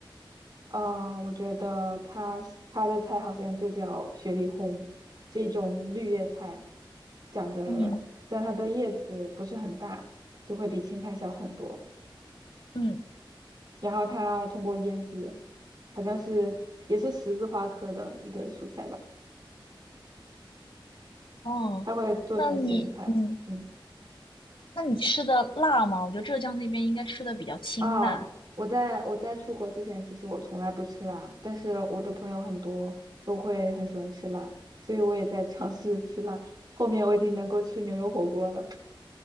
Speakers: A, on the right (about 50°); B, on the left (about 75°).
A: 啊，我觉得他他的菜好像就叫雪里红，这种绿叶菜，长得，
B: 嗯
A: 但它的叶子不是很大，就会比青菜小很多。
B: 嗯，
A: 然后它通过腌制，好像是也是十字花科的一个蔬菜吧，
B: 哦，
A: 它会做成咸菜。
B: 那你嗯，
A: 嗯。
B: 那你吃的辣吗？我觉得浙江那边应该吃的比较清淡。
A: 啊，我在我在出国之前，其实我从来不吃辣，但是我的朋友很多都会很喜欢吃辣，所以我也在尝试吃辣。后面我已经能够吃牛油火锅了。